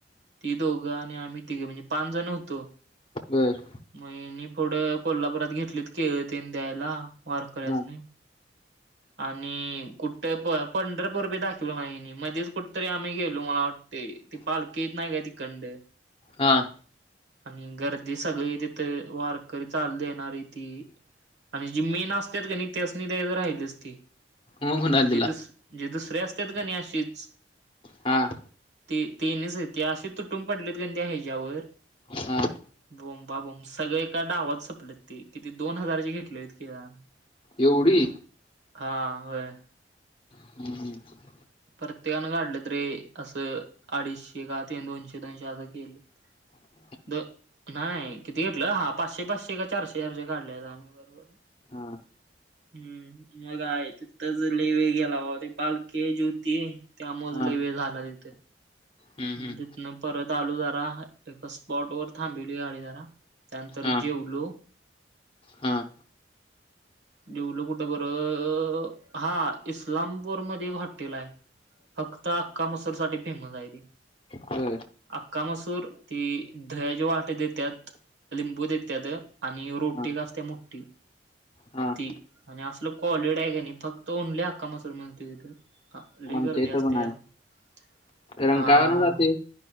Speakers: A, on the right; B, on the left.
A: ती दोघं आणि आम्ही तिघं म्हणजे पांचजण होतो.
B: बर.
A: मग हेनी पुढं कोल्हापुरात घेतलीत केळं तेन द्यायला वारकऱ्यासनी
B: हां.
A: आणि कुठं प पंढरपूरबी दाखीवल नाही ह्यांनी, मध्येच कु ठंतरी आम्ही गेलो मला वाटतंय, ती पालखी येत नाही काय तीकडनं
B: हां.
A: आणि गर्दी सगळी तिथे वारकरी चालत येणारी ती आणि जी मेन असत्यात का नाही त्यासनी द्यायचं राहिलीच ते.
B: मग कुणाला दिला?
A: जे दुस जे दुसरे असतेत का नाही असेच
B: हां.
A: ते ते निस ते असे तुटून पडलेत क नाई त्या ह्याच्यावर
B: हां.
A: बोंबाबोंब सगळे एका डावात संपलत ते. किती दोन हजारचे घेतले होते केळं आम्ही.
B: एवढी?
A: हां व्हय.
B: <unintelligible>
A: प्रत्येकानं काढलं त रे असं अडीचशे का ते दोनशे दोनशे असं केलं.
B: <unintelligible>
A: द नाही, किती घेतलं हा पाचशे चशे चारशे चारशे काढल्यालं आम्ही बरोबर.
B: हां.
A: हम्म मग आहे तिथेच लय वेळ गेला बाबा, ते पालखी यायची होती त्यामुळंच
B: हां.
A: लय वेळ झाला तिथं.
B: हं, हं.
A: म तिथनं परत आलो जरा, एका स्पॉटवर थांबीवली गाडी जरा. त्यानंतर
B: हां.
A: जेवलो.
B: हां.
A: जेवल कुठं बरं हां इस्लामपूर मध्ये एक हॉटेल आहे. फक्त अख्खा मसूरसाठी फेमस आहे ते.
B: बर.
A: अख्खा मसूर, ती दह्याची वाटी देत्यात. लिंबू देत्यात आणि ह्यो रोटी
B: हां.
A: एट असत्या मोठी.
B: हां.
A: <unintelligible> आणि असलं कॉलिड हाय का नाही, फक्त ओन्ली अख्खा मसुर मिळतोय तिथं. अआ लय
B: आमच्या
A: गर्दी
B: इथं
A: असत्या
B: पण आहे.
A: त्या
B: रंकाळ्यानं
A: आ
B: जाते.